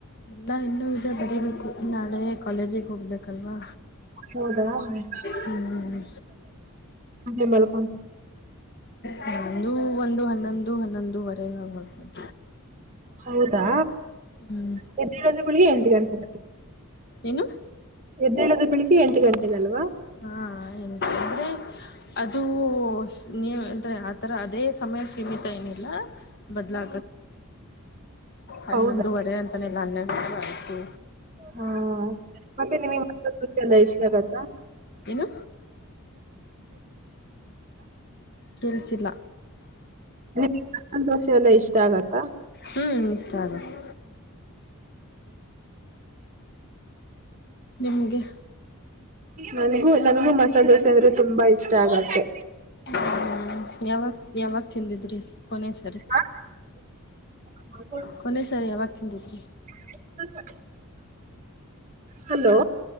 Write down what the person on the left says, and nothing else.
ಇಲ್ಲ ಇನ್ನುೂ ಇ ಬರೀಬೇಕು ನಾಳೆ ಕಾಲೇಜಿಗೆ ಹೋಗ್ಬೇಕು ಕಲ್ವಾ
ಹ್ಮ್
ನಂದು ಒಂದು ಹನ್ನೊಂದು ಹನ್ನೊಂದುುವರೆ ನಂಗ ಮಾಡಬ
ಹ್ಮ್
ಏನು
ಹಾ ಎ ಅಂದ್ರೆ ಅದು ನೀವು ಅಂದ್ರೆ ಆ ಥರ ಅದೇ ಸಮಯ ಸೀಮಿತ ಏನಿಲ್ಲ ಬದಲ ಹನ್ನೊಂದುವರೆ
ಅಂತಾನೆಲ್ಲ ಅನ್ನೆ ಆತ
ಏನು ಕೇಳಸಿಲ್ಲ
ಹ್ಮ್ ಇಷ್ಟ ಆಗುತ್ತೆ ನಿಮ್ಗೆ
ಹ ಯಾವಾಗ ಯಾವಾಗ ತಿಂದಿದ್ರಿ ಕೊನೆ ಸರಿ
ಕೊನೆ ಸರಿ ಯಾವಾಗ ತಿಂದಿದ್ರರಿ